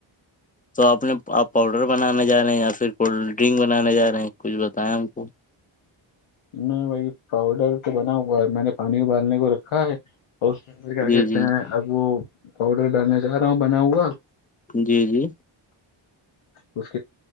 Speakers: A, on the left; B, on the left.
A: تو آپ نے آپ پاؤڈر بنانے جا رہے ہیں یا پھر کولڈ ڈرنک بنانے جا رہے ہیں کچھ بتیں ہم کو
B: میں بی پاؤڈر تو بنا ہو گا میں نے پانی کوبالنے کو رکھا ہے اور اس کیا
A: جی
B: کہتے
A: جی
B: ہیں اب وہ پاؤڈر ڈالنا چاہ رہا ہوں بنا ہوا
A: جی جی
B: اسچ